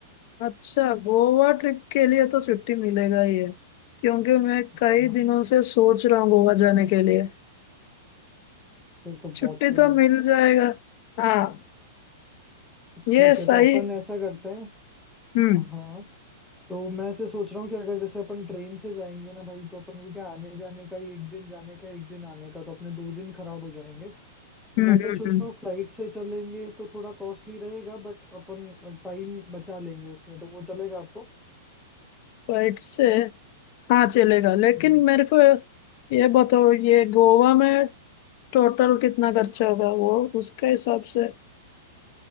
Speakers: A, on the left; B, in the centre.
A: अच्छा गोवा ट्रिप के लिए तो छुट्टी मिलेगा ही है क्योंकि
B: है
A: मैं कई
B: ना
A: दिनों से सोच रहा हूँ गोवा जाने के लिए
B: फिर तो बहुत
A: छुट्टी
B: सही
A: तो
B: है
A: मिल जाएगा हाँ ये
B: ठीक
A: सही
B: है तो अपन ऐसा करते हैं
A: हम्म
B: हाँ तो मैं ऐसे सोच रहा हूँ कि अगर जैसे अपन ट्रेन से जाएंगे ना भाई तो अपन को क्या आने जाने का ही एक दिन जाने का एक दिन आने का तो अपने दो दिन खराब हो जाएंगे तो
A: हम्म
B: मैं क्या
A: हम्म
B: सोच
A: हम्म
B: रहा हूँ फ्लाइट से चलेंगे तो थोड़ा कॉस्टली रहेगा बट अपन टाइम बचा लेंगे उसमें तो वो चलेगा आपको
A: फ्लाइट से हाँ चलेगा लेकिन
B: हम्म।
A: मेरे को ये बताओ ये गोवा में टोटल कितना खर्चा होगा वो उसके हिसाब से